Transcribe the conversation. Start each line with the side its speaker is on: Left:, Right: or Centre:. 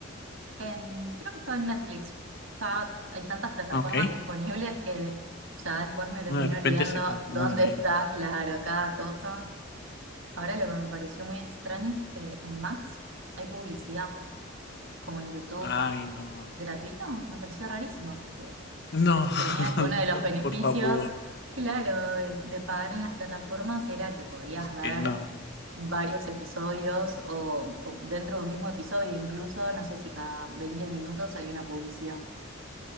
Right: En- creo que estaba en Netflix. Ya hay tantas plataformas
Left: Ok.
Right: disponibles que ya después me termino
Left: No, De repente
Right: olvidando
Left: se confunde.
Right: dónde está, claro, cada cosa. Ahora lo que me pareció muy extraño es que en Max hay publicidad, como en YouTube,
Left: Ay, no.
Right: gratuito. Me pareció rarísimo porque
Left: No,
Right: se suponía
Left: <laughs>
Right: que uno de los
Left: no,
Right: beneficios,
Left: por favor.
Right: claro, de, de pagar en las plataformas era que podías
Left: Es
Right: ver
Left: que no.
Right: varios episodios o, o dentro de un mismo episodio, incluso, no sé si cada 20 minutos hay una publicidad.